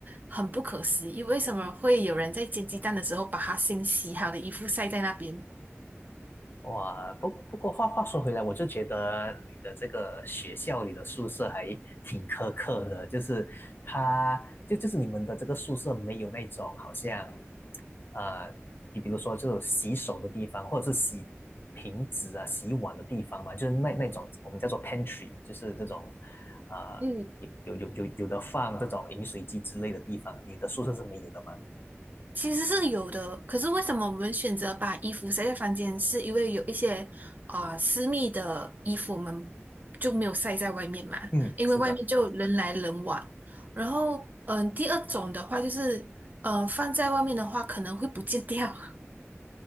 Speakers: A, on the right; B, on the left.
A: 很不可思议，为什么会有人在煎鸡蛋的时候把他新洗好的衣服晒在那边？
B: 哇，不不过话话说回来，我就觉得你的这个学校里的宿舍还挺苛刻的，就是它就就是你们的这个宿舍没有那种好像，呃，比比如说这种洗手的地方，或者是洗瓶子啊、洗碗的地方嘛，就是那那种我们叫做 pantry，就是这种，呃，
A: 嗯，
B: 有有有有有的放这种饮水机之类的地方，你的宿舍是没有的吗？
A: 其实是有的，可是为什么我们选择把衣服晒在房间？是因为有一些啊、呃私密的衣服我们就没有晒在外面嘛，
B: 嗯，
A: 因为外面就人来人往。
B: 是的。
A: 然后，嗯、第二种的话就是，嗯，放在外面的话可能会不见掉。<laughs>